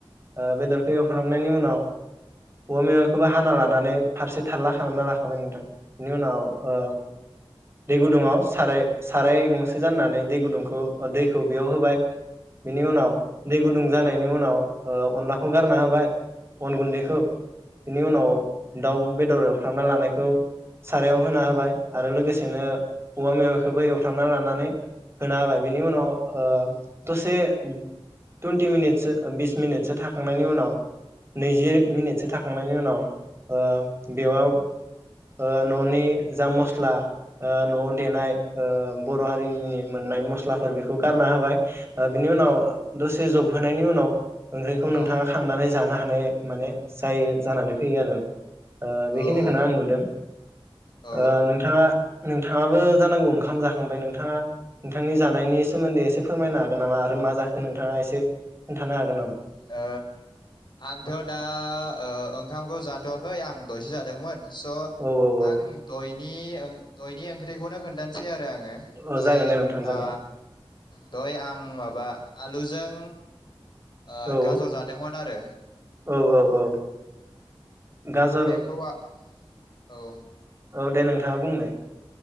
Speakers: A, on the right; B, on the left.
A: ओ बेदरखो एवफ्राम खांनायनि उनाव औवा मेवायखौबो हाना ला नानै फारसे थाल्ला खालामना लाखाबाय नोंथां बिनि उनाव ओ दै गुदुङआव साराय साराय गंस सो जानानानै दै गुदुंखौ दैखौ बेयाव होबाय बिनि उनाव दै गुुंद दुं जानायनि उनाव ओ अनलाखौ गारना होबाय अन गुन्दैखौ बिनि उनाव दाउ बेदर एउफ्रामना लानायखौ सारायाव होना होबाय आरो लोगोसेनो औवा मेवाखौबो एवफ्राम फ्रामना ला नानै होना हाबाय बेनि उनाव ओ दसे टुन्टि मिनिटसो ओ बिस मिनिटसो थाखाखांनायनि उनाव नैजि मिनिटसो थाख खांनायनि उनाव ओ बेयाव ओ ननि जा मस्ला ओ नआव देनाय ओ बर' हारिनि मोननाय मस्लाफोर बेखौ गारना होबाय ओ बिनि उनाव दसे जब होनायनि उनाव ओंख्रिखौ नोंथाङा
B: औ
A: खांनानै जा जानो हानाय माने जायो जानानै फैयो आरो ओ बेखिनिखौनो
B: औ औ
A: आं नुदों
B: औ
A: ओ नोंथाङा नोंथाङाबो जानांगौ ओंखाम जाख खांबाय नोंथाङा नोंथांनि जानायनि सोमोन्दै एसे फोरमायनो हागोन नामा आरो मा जाखो नोंथाङा एसे खोन्थानो हागोन नामा?
B: ओ आंथ' दा ओ ओंखामखो जाथ'आखै आं दहायसो जादोंमोन। स
A: औ औ औ
B: आं दय नि दयनि ओंख्रिखौनो खोनथानसै आ आङो
A: औ
B: दय
A: जागोन दे नोंथां जागोन
B: आ दहय आं माबा आलुजों ओ
A: औ
B: गाजर जादोंमोन आरो
A: औ औ औ गाजर
B: बखौ औ
A: औ दे नोंथाङा बुंनाय